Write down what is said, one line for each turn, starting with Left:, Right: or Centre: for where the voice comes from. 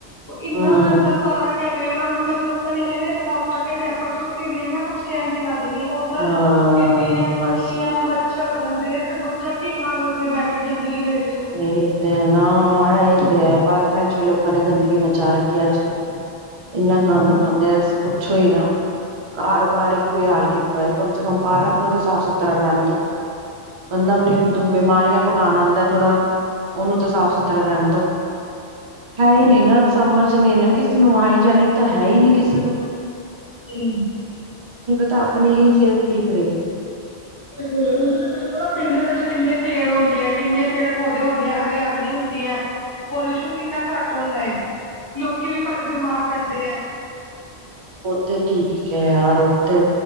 Left: ਉਹ ਇੰਨਾ
Right: ਹਮ
Left: ਗੰਦਾ ਪਾਰਕ ਐ। ਗਿਆ, ਮਤਲਬ ਲੋਕਾਂ ਨੇ ਇਵੇਂ ਖਾ-ਖਾ ਕੇ ਰੈਪਰ ਸੁੱਟੇ ਦੇ ਐਨਾ ਕੁੱਛ ਕਹਿਣ ਦੀ ਹੱਦ ਓਸ ਨਾਲ
Right: ਹਾਂ
Left: ਇਧੀਆਂ ਮੱਖੀਆਂ,
Right: ਬਸ
Left: ਮੱਛਰ ਹੋ ਜਾਂਦੇ ਤੇ ਫੇਰ ਬੱਚਾ ਕੀ ਖਾਵੇ ਉੱਥੇ ਬਹਿ ਕੇ ਗੰਦਗੀ ਦੇ ਵਿੱਚ
Right: ਇਹ ਤੇ ਨਾ ਆਈ ਤੇ ਐ। ਪਾਰਕਾਂ ਚ, ਵੀ ਲੋਕਾਂ ਨੇ ਗੰਦਗੀ ਮਚਾ ਰੱਖੀ ਐ। ਅੱਜਕੱਲ ਇੰਨਾ ਗੰਦ ਪਾਉਦੇਂ ਐ। ਪੁੱਛੋ ਹੀ ਨਾ। ਕਾਰਬਾਰ ਇੱਕੋ ਹੀ ਹਾਲ ਕੀਤਾ ਹੈ। ਕਮ ਸੇ ਕਮ ਪਾਰਕ ਨੂੰ ਸਾਫ਼ ਸੁਥਰਾ ਰਹਿਣ ਦੋ। ਬੰਦਾ ਤੋਂ ਆਪ ਬਿਮਾਰੀਆਂ ਪੁਕਾਣ ਆਉਦਾਂ। ਥੋੜਾ, ਓ ਨੂੰ ਤਾਂ ਸਾਫ਼ ਸੁਥਰਾ ਰਹਿਣ ਦੋ। ਹੈ ਹੀ ਨੀ ਨਾ। ਸਮਝ ਨੀ ਨਾ ਕਿਸੇ ਨੂੰ, ਹਾਈਜੈਨਿਕ ਤਾਂ ਹੈ। ਹੀ ਨੀ ਕਿਸੇ ਨੂੰ।
Left: <unintelligible>
Right: ਤਾਂ ਆਪਣੀ ਹੀ ਸਿਹਤ ਠੀਕ ਰਹੇਗੀ।
Left: ਬਿਲਕੁੱਲ ਹੁਣ ਤੁਸੀਂ ਦੇਖੋ ਨਾ ਪਿੰਡਾਂ ਵਿੱਚ ਕਿੰਨੇ ਪੇੜ ਹੁੰਦੇ ਆ, ਕਿੰਨੇ ਪੇੜ ਪੌਦੇ ਹੁੰਦੇ ਆ। ਹਰਿਆਲ ਹੁੰਦੀ ਹੈ। ਪੋਲਿਊਸ਼ਨ ਕਿੰਨਾ ਘੱਟ ਹੁੰਦਾ ਏ। ਲੋਂਕੀ ਵੀ ਘੱਟ ਬਿਮਾਰ ਪੈਦੇਂ ਐ।
Right: ਉੱਥੇ ਠੀਕ ਹੈ। ਯਾਰ ਉੱਥੇ,